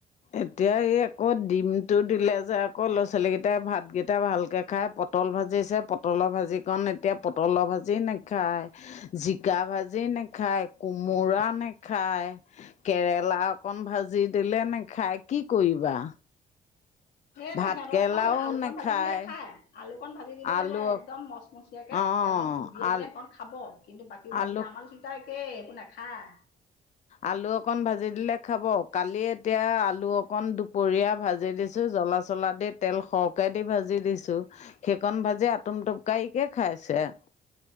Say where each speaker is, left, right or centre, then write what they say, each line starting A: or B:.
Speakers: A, on the left; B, on the left.
A: এতিয়া এই আকৌ ডিমটো দিলে যে আকৌ ল'ৰা ছোৱালীকেইটাই ভাতকেইটা ভালকে। খাই পটল ভাজিছে পটলৰ ভাজিকণ এতিয়া পটলৰ ভাজি নাখায়। জিকা ভাজি নাখায় কোমোৰা নাখায়। কেৰেলা অকণ ভাজি দিলে নেখাই কি কৰিবা।
B: সেইতে
A: ভাত
B: সিহঁতক
A: কেৰেলাও
B: আকৌ সি আলুকন
A: নাখায়
B: ভাজি দিলে খাই আলুকন ভাজি দিব
A: আলু
B: লাগিব একদম মচমস। তেতিয়াকে
A: অ'
B: তেলত জুবিয়াই
A: আল
B: দিলে সেইকখন খাব কিন্তু বাকী ভাজিলে
A: আলু
B: আমাৰাল চিতা একেই একো নাখায়।
A: আলু অকণ ভাজি দিলে খাব কালি এতিয়া আলু অকণ দুপৰীয়া ভাজি দিছো জলা। মচলা দি তেল সৰহকে দি ভাজি দিছো। সেইকণ ভাজি আটুম-টুকাইকে খাইছে।